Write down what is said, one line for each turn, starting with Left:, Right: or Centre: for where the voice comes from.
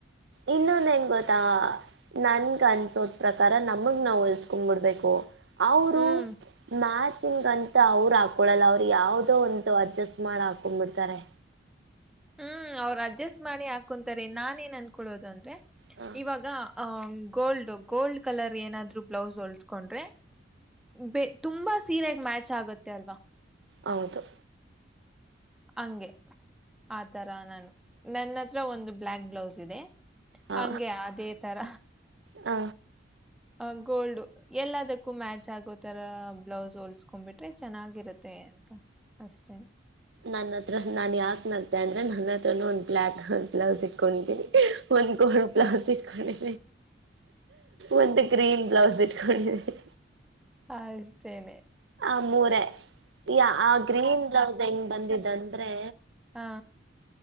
Right: ಇನ್ನೊಂದ ಹೆಂಗ ಗೊತ್ತು ನನ್ಗೆ ಅನ್ಸೋದ ಪ್ರಕಾರ ನಮಗ್ ನಾವು ಹೊಲ್ಸ್ಕೊಂಡ್ಬಿಡ್ಬೇಕು ಅವರು
Centre: ಹ್ಮ್
Right: ಮ್ಯಾತ್ ಸಿಂಗ್ ಅಂತ ಅವ್ರು ಹಾಕೊಳಲ್ಲ ಅವ್ರು ಯಾವ್ದೋ ಒಂತ ಅಡ್ಜಸ್ಟ್ ಮಾಡ್ ಹಾಕೊಂಡ್ಬಿಡ್ತಾರೆ
Centre: ಹ್ಮ್ ಅವ್ರ ಅಡ್ಜಸ್ಟ್ ಮಾಡಿ ಹಾಕೊಂತಾರೆ ನಾನ ಏನ್ ಅನ್ಕೊಳೋದು ಅಂದ್ರೆ
Right: ಹ
Centre: ಇವಾಗ ಆಹ ಗೋಲ್ಡ್ ಗೋಲ್ಡ್ ಕಲರ್ ಏನಾದ್ರು ಬ್ಲೌಸ್ ಹೊಲ್ಸ್ಕೊಂಡ್ರೆ ಬ ತುಂಬಾ ಸೀರೆಗ ಮ್ಯಾಚ್ ಆಗತ್ತೆ ಅಲ್ವಾ
Right: ಹೌದು
Centre: ಹಂಗೆ ಆತರ ನಾನು ನನ್ನ ಹತ್ರ ಒಂದು ಬ್ಲ್ಲಾಕ್ ಬ್ಲೌಸ್ ಇದೆ
Right: ಹಾ
Centre: ಹಂಗೆ ಅದೇ ತರ
Right: ಹ
Centre: ಅ ಗೋಲ್ಡ್ ಎಲ್ಲದಕ್ಕೂ ಮ್ಯಾಚ್ ಆಗೋ ತರ ಬ್ಲೌಸ್ ಹೋಲ್ಸ್ಕೊ್ಬಿಟ್ಟು ಚೆನ್ನಾಗಿರುತ್ತೆ ಅಂತ ಅಷ್ಟೇ
Right: ನನ್ನ ಹತ್ರ ನಾನ್ ಯಾಕ ನತೆೆ ಅಂದ್ರೆ ನನ್ನ ಹತ್ರ ಒಂದ ಬ್ಲ್ಯಾಕ್ ಬ್ಲೌಸ್ ಇಟ್ಕೊಂಡರಿ ಮ ಕಡ ಬ್ಲೌಜ ಇಟ್ಕೊಂಡ ಒಂದು ಗ್ರೀನ್ ಬ್ಲೌಸ್ ಇಟ್ಕೊಂಡಿದ್ವಿ
Centre: ಅಷ್ಟೇನೆ
Right: ಆ ಮೂರ ಈ ಆ ಗ್ರೀನ್ ಬ್ಲೌಸ್ ಹೆಂಗ್ ಬಂದಿದ್ದಂದ್ರೆ
Centre: ಹಾ